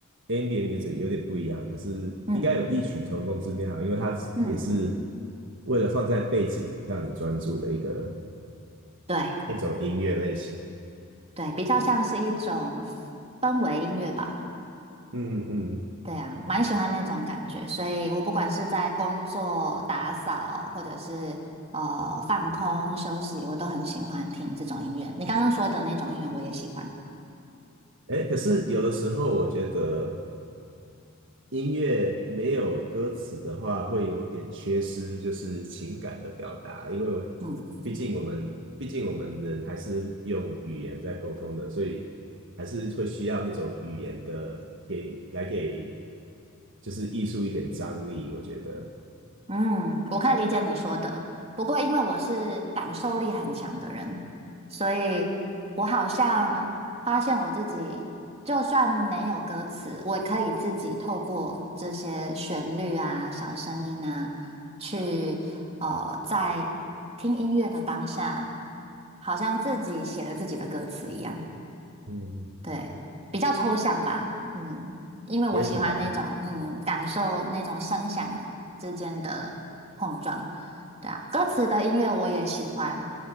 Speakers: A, on the right (about 60°); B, on the right (about 30°).
A: ambient music 有点不一样，可是应该有异曲同工之妙，
B: 嗯
A: 因为它也是
B: 嗯，
A: 为了放在背景让你专注的一个
B: 对
A: 一种音乐类型。
B: 对，比较像是一种氛围音乐吧。
A: 嗯嗯，
B: 对啊，蛮喜欢那种感觉，所以我不管是在工作、打扫，或者是呃放空休息，我都很喜欢听这种音乐。你刚刚说的那种音乐，我也喜欢。
A: 哎，可是有的时候我觉得音乐没有歌词的话，会有点缺失，就是情感的表达。因为
B: 嗯。
A: 毕竟我们，毕竟我们人还是用语言在沟通的，所以还是会需要那种语言的给来给，就是艺术一点张力。我觉得，
B: 嗯，我可以理解你说的。不过，因为我是感受力很强的人，所以我好像发现我自己，就算没有歌词，我也可以自己透过这些旋律啊、小声音啊，去呃，在听音乐的当下，好像自己写了自己的歌词一样。
A: 嗯，
B: 对，比较抽象吧，嗯，因为我喜欢那种，
A: 也许吧。
B: 嗯，感受那种声响之间的碰撞，对啊，歌词的音乐我也喜欢，